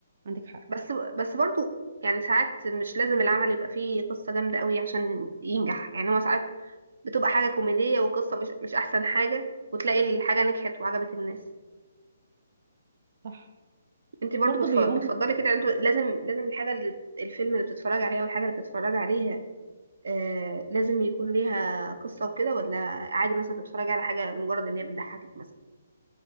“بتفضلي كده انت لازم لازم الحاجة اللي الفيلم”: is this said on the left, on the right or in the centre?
Right